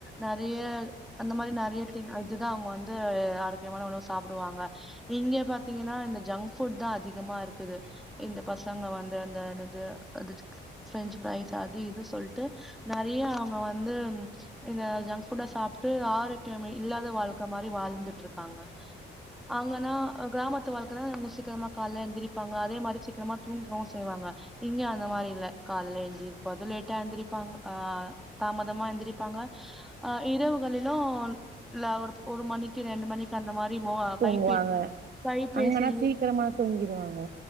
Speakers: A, in the centre; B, on the right.
A: நெறிய அந்த மாரி நெறிய தி இதுதா அவ்ங் வந்து ஆரோக்கியமான உணவு சாப்புடுவாங்க இங்க பாத்தீங்கன்னா இந்த ஜங்க் புட் தா அதிகமா இருக்குது இந்த பசங்க வந்து அந்த ன்னது அது ஃப்ரெஞ்சு ஃப்ரைஸ் அது இது சொல்ட்டு நெறிய அவுங்க வந்து இந்த ஜங்க் புட்டா சாப்ட்டு ஆரோக்கியமே இல்லாத வாழ்க்க மாரி வாழ்ந்துட்டுருக்காங்க. அவ்ங்கனா கிராமத்து வாழ்க்க தா அவ்ங்க சீக்கிரமா கால்ல எழுந்திரிப்பாங்க அதே மாரி சீக்கிரமா தூங்கவு செய்வாங்க இங்க அ ந்தமாரி இல்ல. காலேல எந்திரிப்பது லேட்டா எந்திரிப்பாங்க. ஆ தாமதமா எந்திரிப்பாங்க ஆ இரவுகளிலு ல ஒர் ஒரு மணிக்கு க்கு ரெண்டு மணிக்கு அந்த மாரி மோ
B: தூங்குவாங்க
A: கைப்பேசி கைப்பேசி
B: அங்கன்னா சீக்கிரமா தூங்கிருவாங்க